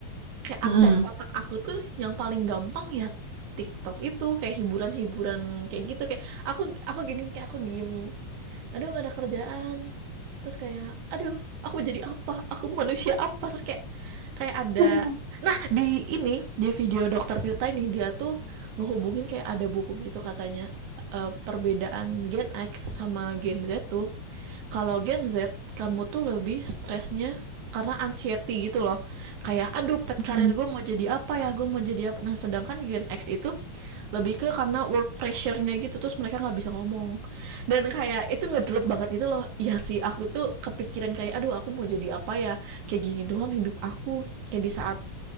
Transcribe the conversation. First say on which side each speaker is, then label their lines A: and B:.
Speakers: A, on the right (about 65°); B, on the right (about 85°).
A: kayak
B: mm-mm.
A: akses otak aku tuh yang paling gampang ya TikTok itu, kayak hiburan-hiburan kayak gitu, kayak aku aku gini, kayak aku diem, "Aduh gak ada kerjaan," terus kayak, "Aduh aku jadi apa? Aku manusia apa?" Terus kayak kayak ada
B: <laughs>
A: nah di ini di video dokter Tirta ini dia tuh ngehubungin kayak ada buku gitu katanya eh, perbedaan Gen X sama Gen Z tuh kalau Gen Z kamu tuh lebih stresnya karena anxiety gitu loh kayak aduh pet
B: Mm-mm,
A: karir gue mau jadi apa ya gue mau jadi apa nah sedangkan Gen X itu lebih ke karena work pressure-nya gitu terus mereka nggak bisa ngomong dan kayak itu ngedelep banget gitu loh ya sih aku tuh kepikiran kayak aduh aku mau jadi apa ya kayak gini doang hidup aku kayak di saat